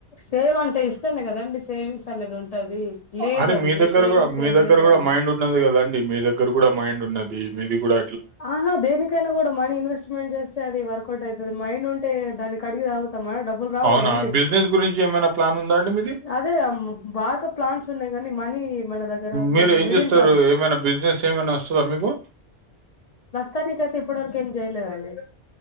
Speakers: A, on the left; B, on the right.
A: సేవ్ అంటే ఇస్తానే కదండి సేవింగ్స్ అనేది ఉంటది లేదండి
B: అరే! మీ దగ్గర
A: సేవింగ్స్
B: గూడా మీ
A: ఏం
B: దగ్గర
A: లేవం
B: మైండ్ ఉన్నది కదాండి మీ దగ్గర కూడా మైండున్నది మీది కూడా
A: ఆహా దేనికైనా కూడా మనీ ఇన్వెస్ట్మెంట్ చేస్తే అది వర్కౌటౌతది మైండ్ ఉంటే దానికి కడిగి తాగుతామా డబ్బులు రావ్కదండి
B: అవునా? బిజినెస్ గురించి ఏమైనా ప్లాన్ ఉందా అండి మీది?
A: అదే బాగా ప్లాస్ ఉన్నాయ్ కానీ మనీ మన దగ్గర
B: మీరు
A: మనం
B: ఏం
A: మిడిల్
B: చేస్తారు
A: క్లాస్
B: ఏమైనా బిజినెస్ ఏమైనా ఓస్తదా మీకు
A: ప్రస్తుతానికైతే ఇప్పటి వరకు ఏం జేయ్లేదండి